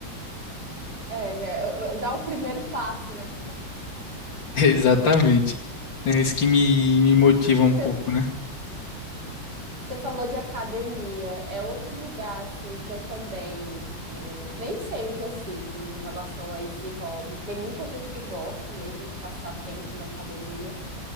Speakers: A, on the right; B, on the left.
A: É, é, é, dá o primeiro passo, né?
B: <laughs> Exatamente. É isso que me, me motiva um
A: Você,
B: pouco, né?
A: você falou de academia, é outro lugar, assim, que eu também é, nem sei o que eu sinto em relação a esse hobby. Tem muita gente que gosta mesmo de passar tempo na academia,